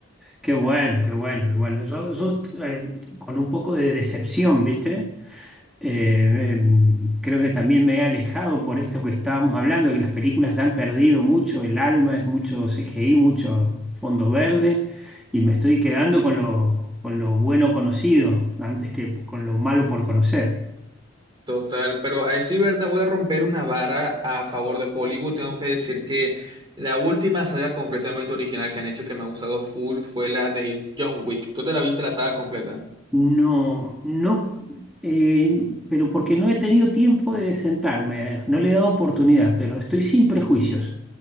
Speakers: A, in the centre; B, on the right.
A: Qué bueno, qué bueno, qué bueno. Yo, yo est- eh, con un poco de decepción, ¿viste? Eh, em, creo que también me he alejado por esto que estábamos hablando, de que las películas ya han perdido mucho el alma, es mucho CGI, mucho fondo verde, y me estoy quedando con lo, con lo bueno conocido antes que p- con lo malo por conocer.
B: Total, pero a decir verdad, voy a romper una vara a favor de Hollywood. Tengo que decir que la última saga completamente original que han hecho que me ha gustado full fue la de John Wick. ¿Tú te la viste la saga completa?
A: No, no, eh, pero porque no he tenido tiempo de sentarme, no le he dado oportunidad, pero estoy sin prejuicios,